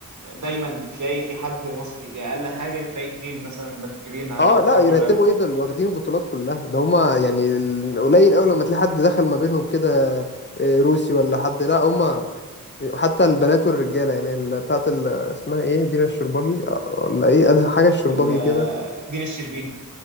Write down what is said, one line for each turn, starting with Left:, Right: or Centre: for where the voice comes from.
Right: دايما تلاقي في حد مصري دي اقل حاجه تلاقي اتنين مثلا مرتبين على
Left: اه
Right: البطوله
Left: لا يرتبوا
Right: كلها
Left: ايه دول واخدين البطولات كلها ده هما يعني ال- قليل قوي لما تلاقي حد دخل ما بينهم كده آه، روسي ولا حد لا هما حتى البنات والرجالة يعني ال- بتاعت ال- اسمها ايه دينا الشرباجي آه، ولا ايه أدهى حاجة الشرباجي
Right: ال-
Left: كده
Right: دينا الشربيني